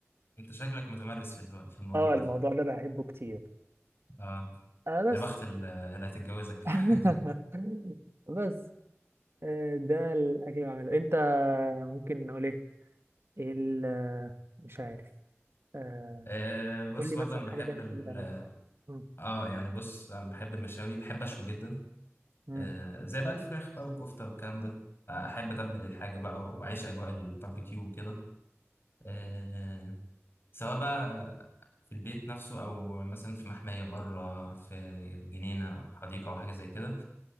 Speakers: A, on the left; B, on the right.
A: انت شكلك متمرس في الو- في الموضوع
B: اه
A: ده
B: الموضوع ده بحبه كتير
A: اه
B: آه بس
A: يا بخت ال- اللي هتتجوزك
B: <laughs>
A: <laughs>
B: بس آه، ده الاكل اللي بعمله انت ممكن نقول ايه ايه ال- آه، مش عارف آه،
A: آه، بص
B: قول لي
A: برضه
B: مثلا
A: انا بحب
B: حاجه تانية
A: ال-
B: كده بتعملها مم.
A: اه يعني بص انا بحب المشاوي بحب اشوي جدا
B: مم.
A: آه زي بقى الفراخ بقى والكفته والكلام ده آه، احب اتبل الحاجه بقى واعيش اجواء الباربيكيو وكده آه سواء بقى في البيت نفسه او مثلا في محميه بره في جنينه او حديقه او حاجه زي كده